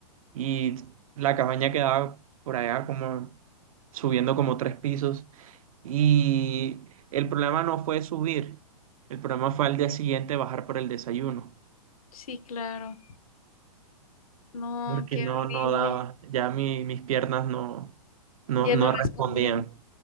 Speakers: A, on the right; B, on the left.
A: y la cabaña quedaba por allá como subiendo como tres pisos y el problema no fue subir, el problema fue al día siguiente bajar por el desayuno.
B: sí, claro. No,
A: porque
B: qué
A: no,
B: horrible.
A: no daba, ya mi- mis piernas no, no,
B: Ya
A: no
B: no respondían.
A: respondían.